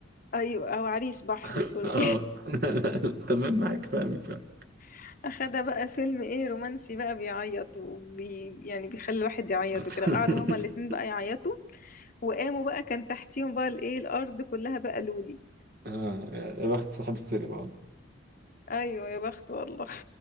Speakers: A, on the left; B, on the right.
A: ايوه او عريس بحر
B: <laughs>
A: سوري
B: اه <laughs> تمام معاك فاهمك فاهمك.
A: <laughs> اخدها بقى فيلم ايه رومانسي بقى بيعيط وبي يعني بيخلي الواحد يعيط
B: <laughs>
A: وكده قعدوا هما الاتنين بقى يعيطوا وقاموا بقى كان تحتيهم بقى الايه الارض كلها بقى لولي
B: آه يا بخت صاحب السينما والله
A: ايوه يا بخت والله